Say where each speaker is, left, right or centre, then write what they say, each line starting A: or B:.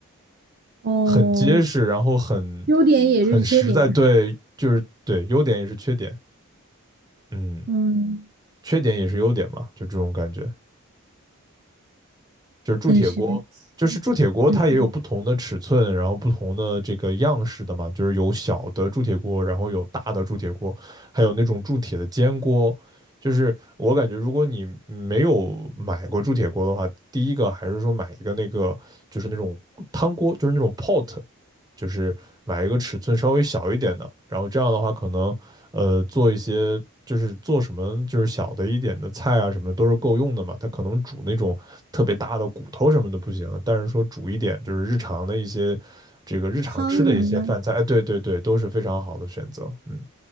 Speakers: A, on the right; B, on the right.
A: 哦，
B: 很结实，然后很很实在，
A: 优点也是缺点啊。
B: 对，就是对，优点也是缺点，嗯，
A: 嗯，
B: 缺点也是优点嘛，就这种感觉。就是铸铁锅，
A: 很神奇，
B: 就是铸铁锅，
A: 很神奇
B: 它也有不同的尺寸，然后不同的这个样式的嘛，就是有小的铸铁锅，然后有大的铸铁锅，还有那种铸铁的煎锅。就是我感觉，如果你没有买过铸铁锅的话，第一个还是说买一个那个，就是那种汤锅，就是那种 pot，就是买一个尺寸稍微小一点的，然后这样的话可能呃做一些就是做什么就是小的一点的菜啊什么的都是够用的嘛。它可能煮那种特别大的骨头什么的不行，但是说煮一点就是日常的一些这个日常吃的一些饭菜，
A: 汤什么的。
B: 哎，对对对，都是非常好的选择。嗯，